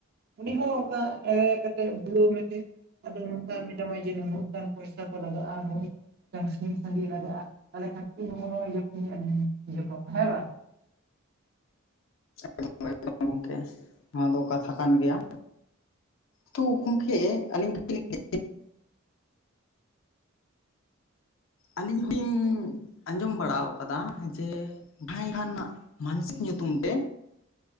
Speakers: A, on the right (about 50°); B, on the left (about 65°).
A: ᱩᱱᱤ ᱦᱚᱸ ᱚᱱᱠᱟ ᱮᱲᱮ ᱠᱟᱛᱮ ᱵᱷᱩᱞᱟᱹᱣ ᱢᱮᱛᱮ ᱟᱫᱚ ᱱᱚᱝᱠᱟ ᱢᱮᱛᱟᱢᱟᱭ ᱡᱮ ᱱᱩᱱᱟᱹᱜ ᱜᱟᱱ ᱯᱚᱭᱥᱟ ᱠᱚ ᱞᱟᱜᱟᱜᱼᱟ ᱦᱳ᱾ ᱢᱤᱫᱴᱟᱝ ᱥᱤᱢ ᱥᱟᱺᱰᱤ ᱞᱟᱜᱟᱜᱼᱟ᱾ ᱛᱟᱦᱚᱞᱮ ᱠᱷᱟᱱ <unintelligible> ᱦᱮᱸᱵᱟᱝ᱾
B: <unintelligible> ᱜᱚᱝᱠᱮ ᱱᱚᱣᱟ ᱠᱟᱛᱷᱟ ᱜᱮᱭᱟ᱾ ᱛᱩ ᱜᱚᱝᱠᱮ ᱟᱹᱞᱤᱧ ᱠᱟᱴᱤᱡᱞᱤᱧ ᱞᱟᱹᱭ ᱟᱹᱞᱤᱧ ᱦᱚᱞᱤᱧ ᱟᱸᱡᱚᱢ ᱵᱟᱲᱟᱣ ᱟᱠᱟᱫᱟ ᱡᱮ <inaudible> ᱠᱷᱟᱱ ᱨᱮᱱᱟᱜ ᱢᱟᱱᱥᱤᱠ ᱧᱩᱛᱩᱢ ᱛᱮ᱾